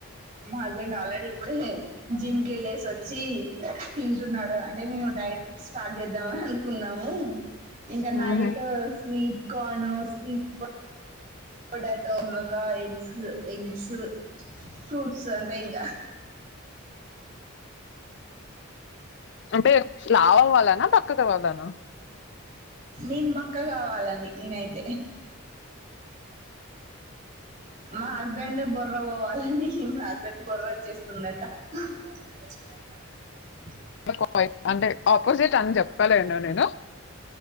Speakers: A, on the right (about 35°); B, on the left (about 55°).
A: మా హస్బెండ్ ఆల్రెడీ ఇప్పుడే జిమ్కి వెళ్లేసి వచ్చి తింటున్నాడు అంటే మేము డైట్ స్టార్ట్ చేద్దామని అనుకున్నాము ఇంకా night
B: ఉహు
A: sweet corn sweet potato ఇంగొక ఎగ్స్ ఎగ్స్ ఫ్రూట్ స్ అంతే ఇంగా
B: అంటే లావు అవ్వాలనా బక్కగా అవ్వాళన
A: నేను బక్కగ అవ్వాలని నేనైతే మా హస్బెండ్ బొర్ర పోవాలని మా హస్బెండ్ బొర్ర వచ్చేస్తుందట <unintelligible>
B: <unintelligible> అంటే ఆపోజిట్ అని చెప్పలేను నేను